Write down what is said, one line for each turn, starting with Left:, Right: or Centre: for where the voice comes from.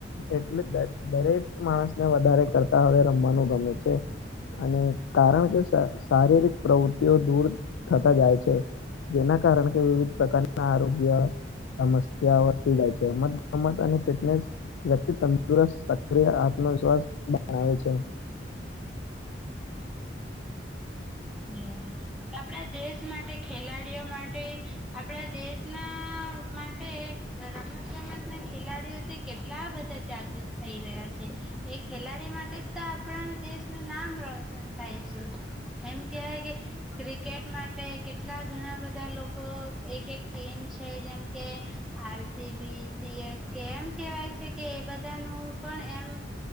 Left: એટલે દ દરેક માણસને વધારે કરતા હવે રમવાનું ગમે છે અને કારણ કે શારીરિક પ્રવૃતિઓ દૂર થતા જાય છે જેના કારણ કે વિવિધ પ્રકારના આરોગ્ય સમસ્ યાં વધતી જાય છે રમતગમત અને ફિટનેસ વ્યક્તિ તંદુરસ્ત સક્રિય આત્મવિશ્વાસ બનાવે છે.
Centre: બરાબર આપણા દેશ માટે ખેલાડીઓ માટે આપણા દેશના માટે રમતગમતના ખેલાડીઓથી કેટલા બધા જાગૃત થઈ રહ્યા છે એ ખેલાડી માટે તો આપણા દેશનું નામ રોશન થાય છે કેમ કેવાય કે ક્રિકેટ માટે કેટલા ઘણા બધા લોકો એક ટીમ છે જેમ કે R C B, C S K એમ કહેવાય છે કે એ બધાનું પણ એમ